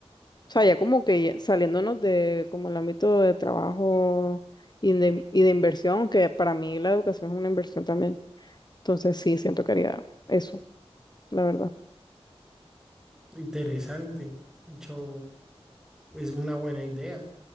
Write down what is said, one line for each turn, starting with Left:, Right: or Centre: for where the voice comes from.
Left: O sea, ya como que ya saliéndonos de como el ámbito de trabajo y de, y de inversión, que para mí la educación es una inversión también. Entonces sí, siento que haría eso, la verdad.
Centre: Interesante. De hecho, es una buena idea.